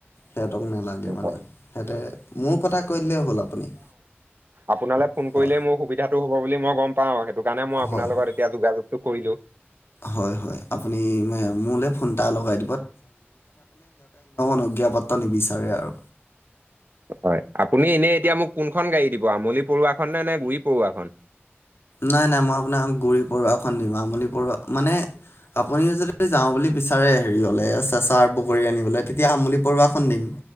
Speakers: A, on the left; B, on the right.
A: সিহঁতক নালাগে মানে
B: হয়,
A: সিহঁতে মোৰ কথা কৈ দিলেই হ'ল আপুনি।
B: আপোনালৈ ফোন
A: হয়
B: কৰিলেই মোৰ সুবিধাটো হব বুলি- মই গম পাওঁ, সেইটো কাৰণে মই আপোনাৰ
A: হয় হয়
B: লগত এতিয়া যোগাযোগতটো কৰিলোঁ।
A: হয় হয় আপুনি মে- মোলৈ ফোন এটা লগাই অনুজ্ঞাপত্ৰ নিবিচাৰে আৰু।
B: হয় আপুনি এনেই এতিয়া মোক কোনখন গাড়ী দিব আমলি পৰুৱাখননে নে গুৰি পৰুৱাখন।
A: নাই নাই মই আপোনাক গুৰি পৰুৱাখন দিম, আমলি পৰুৱা মানে- আপুনি যদিদি যাওঁ বুলি বিচাৰে হেৰি হ'লে চেঁচা বগৰী আনিবলৈ তেতিয়া আমুলি পৰুৱাখন দিম।